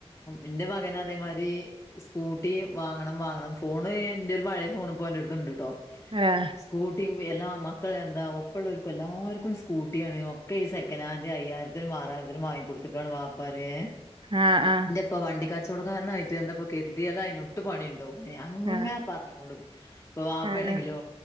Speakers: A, on the left; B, on the right.
A: എന്റെ മകന അതേമാരി സ്കൂട്ടി വാങ്ങണം വാങ്ങണം ഫോണ് എന്റെ ഒരു പഴയ ഫോൺ പോ എന്റെറ ഓന്റടുത്ത്ണ്ട്ട്ടോ.
B: ആഹ്.
A: സ്കൂട്ടി എല്ലാ മക്കളെ എന്താ ഒപ്പുള്ളവർക്കും എല്ലാവർക്കും സ്കൂട്ടിയാണ് ഒക്കെ ഈ സെ- കാനന്റ് അയ്യായിരത്തിനും ആറായിരത്തിനും വാങ്ങിക്ക കൊടുത്തക്കാണ് വാപ്പാര്
B: ആഹ് ആഹ്
A: ഇപ്പൊ വണ്ടിക്കാച്ചോട കാരണമായിട്ട് എന്തപ്പോ കരുതിയാല അതിനൊട്ട് പണിയുണ്ടോ? അങ്ങെ
B: ആഹ്
A: പറഞ്ഞഞ് കൊണ്ട്ക്കും ഇപ്പൊ വാപ്പ
B: ആഹ്
A: ണ്ടങ്കിലോ
B: ആഹ്